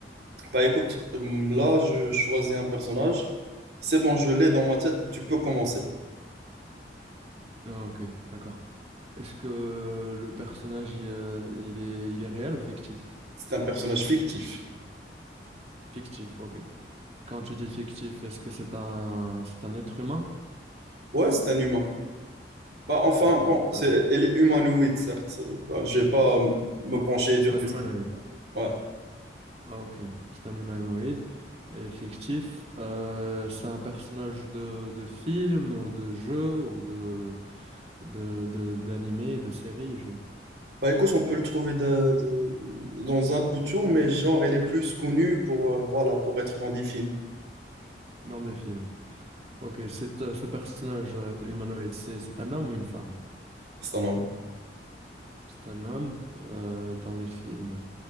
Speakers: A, on the right (about 65°); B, on the right (about 35°).
A: Bah écoute, hum, là, je choisis un personnage. C'est bon, je l'ai dans ma tête, tu peux commencer.
B: Ah, Ok, d'accord. Est-ce que le personnage il, euh, il est il est réel ou fictif?
A: C'est un personnage fictif.
B: Fictif, ok. Quand tu dis fictif, est-ce que c'est un c'est un être humain?
A: Ouais, c'est un humain. Bah, enfin,
B: Ok.
A: bon, c'est,
B: euh,
A: il est humanoïde, certes. Euh, Bah, je vais pas euh, me pencher et dire
B: c'est un
A: que...
B: humanoïde.
A: Ouais.
B: Ah, Ok. C'est un humanoïde et fictif. euh, c'est un personnage de, de film ou de jeu ou de de de- d'animé, de série, je
A: Bah écoute, on peut le trouver de- de- dans un peu tout, mais genre, il est plus connu pour, euh, voilà, pour être dans des films.
B: dans des films. Ok, c'est, euh, ce personnage euh, humanoïde, c'est, c'est un homme ou une femme?
A: C'est un homme.
B: C'est un homme euh, dans les films.